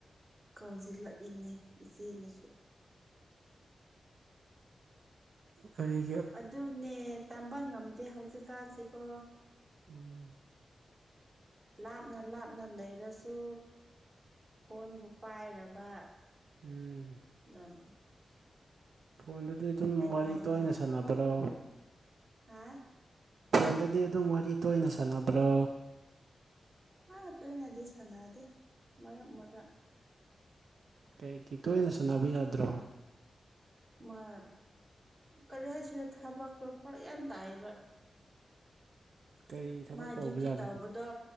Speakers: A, on the right; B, on the right.
A: ꯀꯧꯖꯤꯜꯂꯛꯏꯅꯦ ꯏꯆꯦꯅꯁꯨ
B: ꯀꯔꯤ
A: ꯑꯗꯨꯅꯦ ꯇꯝꯕ ꯉꯝꯗꯦ ꯍꯧꯖꯤꯛꯀꯥꯟꯁꯦꯀꯣ
B: ꯎꯝ
A: ꯂꯥꯞꯅ ꯂꯥꯞꯅ ꯂꯩꯔꯁꯨ ꯐꯣꯟꯕꯨ ꯄꯥꯏꯔꯕ
B: ꯎꯝ ꯎꯝ
A: ꯗꯨꯝ
B: ꯐꯣꯟꯗꯗꯤ ꯑꯗꯨꯝ ꯋꯥꯔꯤ
A: ꯀꯥꯏꯅꯣ
B: ꯇꯣꯏꯅ ꯁꯥꯟꯅꯕ꯭ꯔꯣ
A: ꯍꯥ
B: ꯐꯣꯟꯗꯗꯤ ꯑꯗꯨꯝ ꯋꯥꯔꯤ ꯇꯣꯏꯅ ꯁꯥꯟꯅꯕ꯭ꯔꯥ
A: ꯍꯥ ꯇꯣꯏꯅꯗꯤ ꯁꯥꯟꯅꯗꯦ ꯃꯔꯛ ꯃꯔꯛ
B: ꯀꯩꯒꯤ ꯇꯣꯏꯅ ꯁꯥꯟꯅꯕ ꯌꯥꯗ꯭ꯔꯣ
A: ꯃꯥ ꯀꯔꯤ ꯍꯥꯏꯁꯤꯔ ꯊꯕꯛꯇꯣ ꯐꯔꯛ ꯌꯥꯝ ꯇꯥꯏꯌꯦꯕ
B: ꯀꯔꯤ ꯊꯕꯛ
A: ꯃꯥꯏ
B: ꯇꯧꯕꯖꯥꯠꯂꯣ
A: ꯗ꯭ꯌꯨꯇꯤ ꯇꯧꯕꯗꯣ